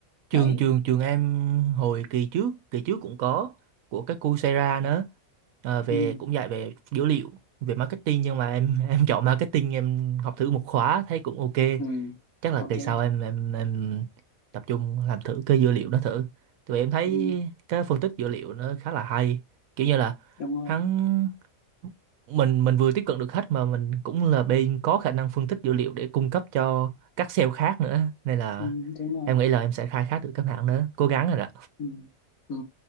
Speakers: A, on the right; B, on the left.
A: trường
B: đấy
A: trường trường em hồi kỳ trước kỳ trước cũng có của cái Coursera nữa Ờ, về
B: ừ,
A: cũng dạy về dữ liệu về marketing nhưng mà em <laughs> em chọn marketing em học thử một khóa thấy cũng ok
B: ừ,
A: chắc là
B: ok
A: kỳ sau em em em tập trung làm thử cái dữ liệu đó thử tại vì em thấy
B: ừ,
A: cái phân tích dữ liệu nó khá là hay kiểu như là
B: đúng rồi
A: hắn mình mình vừa tiếp cận được khách mà mình cũng là bên có khả năng phân tích dữ liệu để cung cấp cho các sale khác nữa nên là
B: Ừ, đúng rồi.
A: em nghĩ là em sẽ khai thác được các bạn nữa cố gắng rồi đó
B: Ừ. Ừ.